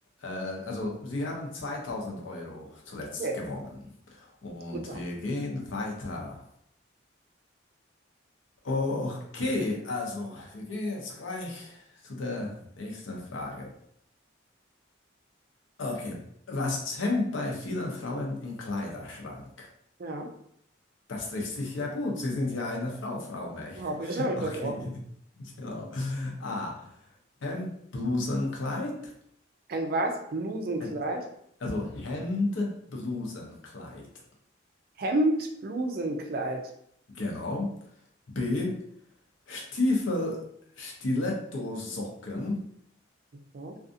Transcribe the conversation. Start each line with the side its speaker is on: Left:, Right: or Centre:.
Left: äh, also Sie haben 2000 Euro zuletzt
Right: Okay,
Left: gewonnen. Und
Right: super.
Left: wir gehen weiter. Okay, also wir gehen jetzt gleich zu der nächsten Frage. Okay, was hängt bei vielen Frauen im Kleiderschrank?
Right: Ja,
Left: Das trifft sich ja gut. Sie sind ja eine Frau, Frau May.
Right: hoffentlich
Left: <laughs>
Right: habe ich
Left: Okay,
Right: das auch.
Left: <laughs> genau. A. Hemd, Blusenkleid.
Right: Ein was? Blusenkleid?
Left: Äh, Also Hemd, Blusenkleid.
Right: Hemd, Blusenkleid.
Left: Genau. B. Stiefel, Stilettosocken.
Right: Ja,